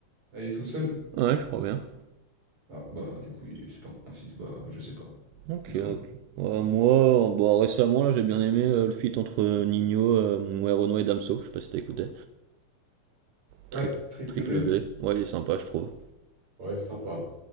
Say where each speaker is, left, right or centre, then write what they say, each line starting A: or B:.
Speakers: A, on the right; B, on the right.
A: Ah, il est tout seul?
B: Ouais, je crois bien.
A: Ah, bah, du coup, il est... c'est pas un fit, bah, je sais pas.
B: Ok,
A: Et toi?
B: ok. Ouais, moi, euh, bah, récemment, là, j'ai bien aimé euh, le feat entre euh, Nino, euh, ouais, Renoir et Damso. Je sais pas si t'as écouté. Triple,
A: Ouais, triple
B: triple
A: B.
B: V. Ouais, il est sympa, je trouve.
A: Ouais, sympa,